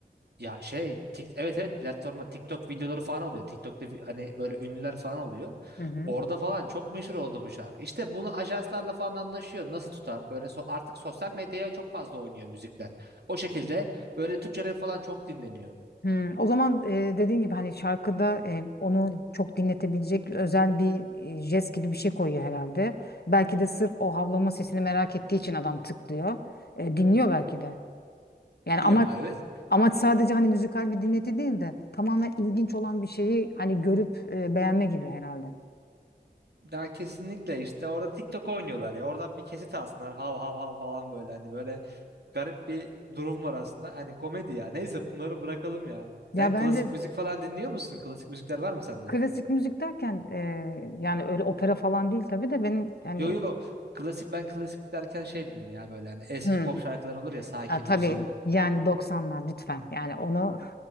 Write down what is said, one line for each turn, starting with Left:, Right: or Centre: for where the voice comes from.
Right: ya şey tik, evet evet platforma TikTok videoları falan oluyor. TikTok'ta vi- hani böyle ünlüler falan oluyor.
Left: Hı hı.
Right: Orada falan çok meşhur oldu bu şarkı. İşte bunu ajanslarla falan anlaşıyor. Nasıl tutar? Böyle so artık sosyal medyaya çok fazla oynuyor müzikler. O şekilde böyle Türkçe rap falan çok dinleniyor.
Left: Hmm, o zaman e, dediğin gibi hani şarkıda e, onu çok dinletebilecek özel bir e, jest gibi bir şey koyuyor herhalde. Belki de sırf o havlama sesini merak ettiği için adam tıklıyor. E, dinliyor belki de. Yani
Right: <laughs>
Left: amaç
Right: Ya evet.
Left: amaç sadece hani müzikal bir dinleti değil de tamamen ilginç olan bir şeyi hani görüp e, beğenme gibi herhalde.
Right: Ya kesinlikle işte orada TikTok oynuyorlar ya. Oradan bir kesit alsınlar. Hav hav hav falan böyle hani böyle garip bir durum var aslında. Hani komedi ya. Neyse bunları bırakalım ya. Sen
Left: Ya bence
Right: klasik müzik falan dinliyor musun? Klasik müzikler var mı sende?
Left: klasik müzik derken e, yani öyle opera falan değil tabii de benim yani
Right: Yo yo klasik ben klasik derken şey dedim ya böyle hani eski
Left: hmm,
Right: pop şarkılar olur ya sakin
Left: ha, tabii
Right: huzurlu.
Left: yani doksanlar lütfen yani onu